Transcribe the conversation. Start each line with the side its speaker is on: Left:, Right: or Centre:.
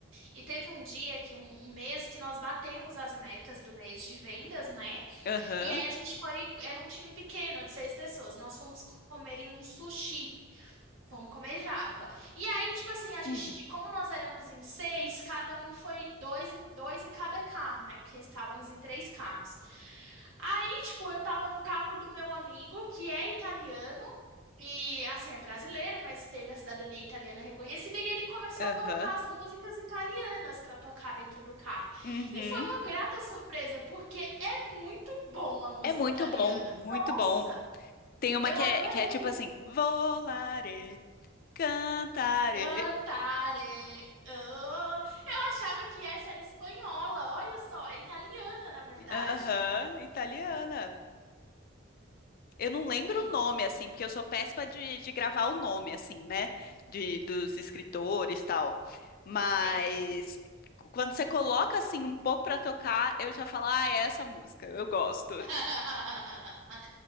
Right: e teve um dia que um, um mês que nós batemos as metas do mês de vendas, né?
Left: aham,
Right: E aí a gente foi, era um time pequeno de seis pessoas, nós fomos comer em um sushi. Vamos comer japa. E aí, tipo assim, a gente,
Left: hum,
Right: como nós éramos em seis, cada um foi dois em, dois em cada carro, né? Porque estávamos em três carros. Aí, tipo, eu tava no carro do meu amigo, que é italiano, e assim, é brasileiro, mas teve a cidadania italiana reconhecida, e ele começou
Left: aham,
Right: a colocar as músicas italianas pra tocar dentro do carro.
Left: uhum.
Right: E foi uma grata surpresa, porque é muito bom a música
Left: É muito
Right: italiana.
Left: bom, muito
Right: Nossa,
Left: bom. Tem uma
Right: eu
Left: que
Right: adorei.
Left: é, que é tipo assim, volare. Cantare.
Right: Dantare. Oh, eu achava que essa era espanhola. Olha só, é italiana, na verdade.
Left: Aham, italiana. Eu não lembro
Right: Hum,
Left: o nome, assim, porque eu sou péssima de, de gravar o nome, assim, né? De, dos escritores e tal. Mas
Right: sim.
Left: quando você coloca, assim, um pouco pra tocar, eu já falo, ah, é essa música, eu gosto.
Right: <laughs>